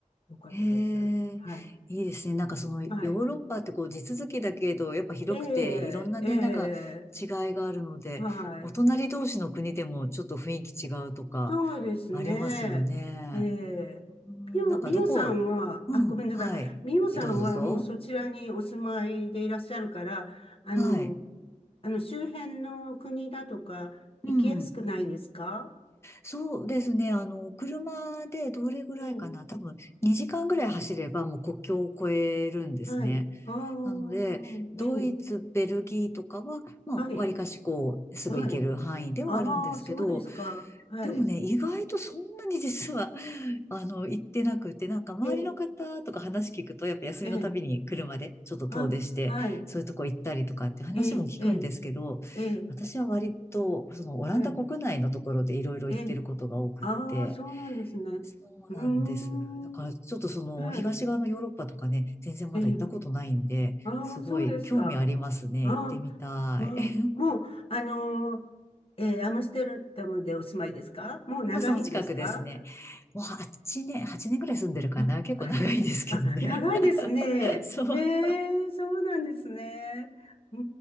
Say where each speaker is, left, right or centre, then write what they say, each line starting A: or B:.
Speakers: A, on the left; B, on the left.
A: よかったです。
B: へえ、
A: はい、
B: いいですね。なんかそのヨーロッパってこう地続きだけど、
A: はい。
B: やっぱ広くていろんなね、
A: ええええ
B: なんか違いがあるので、
A: はい。
B: お隣同士の国でもちょっと雰囲気違うとか
A: そうですね。
B: ありますよね。
A: ええみよ、
B: うん、なんかどこ、
A: みよさんは、
B: うん、
A: あ、ごめんなさい。
B: はい。
A: みよさんはもうそちらにお住まいでいらっしゃるから、
B: どうぞどうぞ。
A: あの、
B: はい。
A: あの周辺の国だとか行きやすくないですか
B: うん。そうですね。あの、車でどれぐらいかな。
A: ええ、
B: 多分2時間ぐらい走ればもう国境を越えるんですね。
A: はい。ああ、
B: なので、
A: ええ、
B: ドイツ、ベルギーとかは、まあ、
A: はい、
B: 割かしこう、すぐ行ける範囲ではあるんですけど、
A: はい。ああ、そうですか。はい。
B: でもね、意外とそんなに実は、<laughs> あの、行ってなくて、なんか周りの方とか話聞くと、
A: ええ、
B: やっぱ休みのたびに車でちょっと遠出して、
A: ええ、あ、はい。
B: そういうとこ行ったりとかって話も聞くんですけど、
A: ええ、ええ、ええ、
B: 私は割と、そのオランダ国内のところでいろいろ行ってることが多くって、
A: はい。ええ、ああ、そうなんですね。
B: そうなんです。
A: うーん。
B: だからちょっとその東側のヨーロッパとかね、
A: はい。
B: 全然まだ行ったことないんで、
A: ええ。ああ、
B: すごい興味ありますね。
A: そうですか。あ
B: 行ってみたい。
A: あ、ああ、
B: <laughs>
A: もう、あのーええ、アムステルダムでお住まいですかもう長いんですか
B: まあその近くですね。<laughs> もう8年、8年ぐらい住んでるかな。
A: あ、あ、
B: 結構長いですけどね。
A: すあ長いですね。
B: <laughs> そう。
A: ええ、そうなんですね。うー